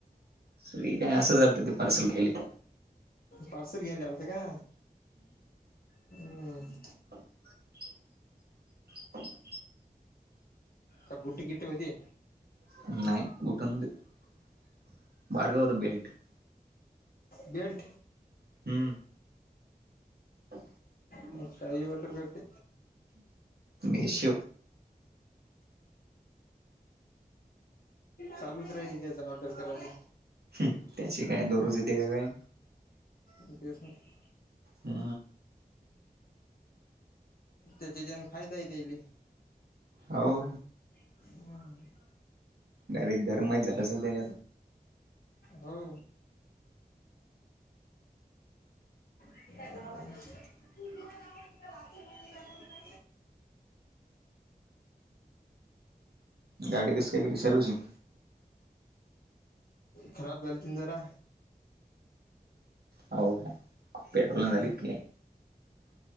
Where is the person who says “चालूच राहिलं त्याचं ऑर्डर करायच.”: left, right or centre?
Left